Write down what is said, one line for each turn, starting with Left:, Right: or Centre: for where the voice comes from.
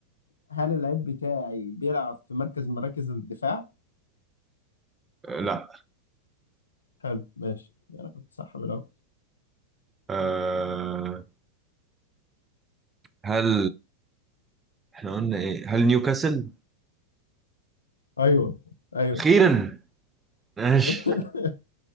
Left: هل اللعيب بتاعي بيلعب في مركز من مراكز الدفاع؟
Right: آه، لا
Left: حلو ماشي انا كنت صح بالاول
Right: أه هل احنا قلنا ايه هل نيوكاسل
Left: ايوه ايوه
Right: اخيرا ماشي
Left: <laughs>